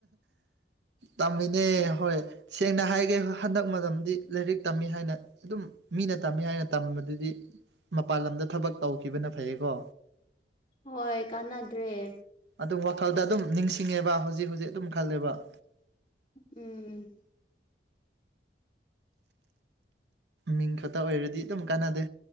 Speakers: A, on the right (about 75°); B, on the left (about 25°).
A: ꯇꯝꯃꯤꯅꯦ ꯍꯣꯏ ꯁꯦꯡꯅ ꯍꯥꯏꯒꯦ ꯍꯟꯗꯛ ꯃꯇꯝꯗꯤ ꯂꯥꯏꯔꯤꯛ ꯇꯝꯃꯤ ꯍꯥꯏꯅ ꯑꯗꯨꯝ ꯃꯤꯅ ꯇꯝꯃꯤ ꯍꯥꯏꯅ ꯇꯝꯕꯗꯨꯗꯤ ꯃꯄꯥꯟ ꯂꯝꯗ ꯊꯕꯛ ꯇꯧꯈꯤꯕꯅ ꯐꯩꯌꯦꯀꯣ
B: ꯍꯣꯏ ꯀꯥꯟꯅꯗ꯭ꯔꯦ
A: ꯑꯗꯨꯝ ꯋꯥꯈꯜꯗ ꯑꯗꯨꯝ ꯅꯤꯡꯁꯤꯡꯉꯦꯕ ꯍꯧꯖꯤꯛ ꯍꯧꯖꯤꯛ ꯑꯗꯨꯝ ꯈꯜꯂꯦꯕ
B: ꯎꯝ
A: ꯃꯤꯡ ꯈꯛꯇ ꯑꯣꯏꯔꯗꯤ ꯑꯗꯨꯝ ꯀꯥꯟꯅꯗꯦ